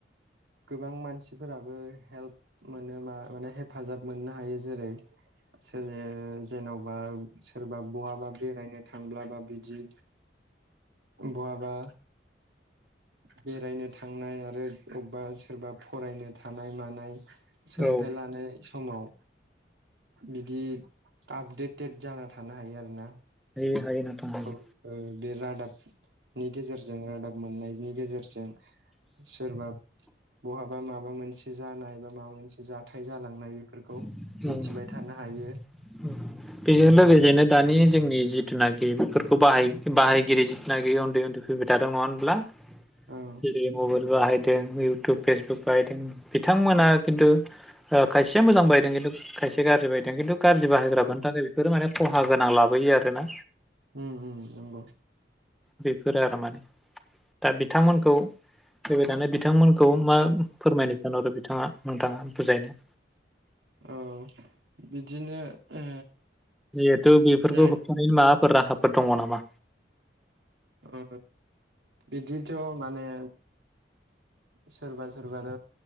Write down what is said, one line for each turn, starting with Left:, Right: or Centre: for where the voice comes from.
Right: गोबां मानसिफोराबो हेल्प मोनो मा-माने हेफाजाब मोननो हायो जेरै- सोलो जेनबा सोरबा बहाबा बे बेरायनो थांब्लाबा बिदि बहाबा बेरायनो थांनाय आरो अबबा सोरबा फरायनो थानाय मानाय सोलोंथाइ
Centre: औ
Right: लानाय समाव बिदि आपडेटेड जाना थानो हायो आरोना।
Centre: हायो। हायो नोंथां हायो।
Right: खौ ओ बे रादाब नि गेजेरजों रादाब मोननायनि गेजेरजों सोरबा बहाबा माबा मोनसे जानाय बा माबा मोनसे जाथाय जालांनाय बेफोरखौ
Centre: उम
Right: मिथिबाय
Centre: उम
Right: थानो हायो
Centre: बेजों लोगोसेनो दानि जोंनि जिथुनाखि बेफोरखौ बाहाय बाहायगिरि जिथुनाखि उन्दै उन्दै फैबाय था दङ होनब्ला
Right: ओं
Centre: जेरै- मबाइल बाहायदों इउटुब फेसबुक बाहायदों बिथांमोना खिन्थु ओ खायसेया मोजां बाहायदों खिन्थु खायसे गाज्रि बायदों खिन्थु गाज्रि बाहायग्रफोरनि
Right: औ
Centre: थाखाय बेफोरो माने खहा गोनां लाबोयो आरोना।
Right: उम उम नंगौ।
Centre: बेफोरो आरो माने दा बिथांमोनखौ फैबाय थानाय बिथांमोनखौ मा फोरमायनो सानहरो बि थाङा नोंथाङा बुजायनो
Right: औ बिदिनो ओ
Centre: जिहेथु बेफोरखौ
Right: जाय
Centre: होबथानायनि माबाफोर राहा फोर दंङ नामा
Right: ओ बिदिथ' माने सोरबा सोरबाथ'